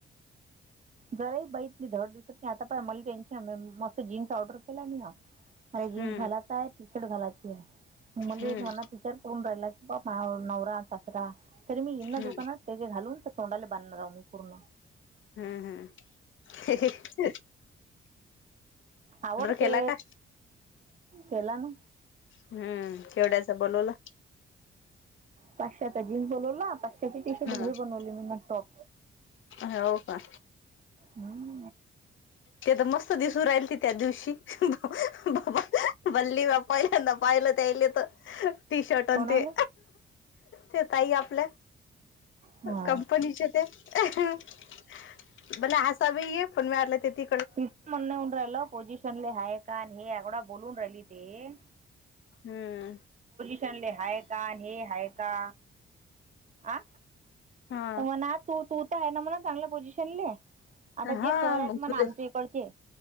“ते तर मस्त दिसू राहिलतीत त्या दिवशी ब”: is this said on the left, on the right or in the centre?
Left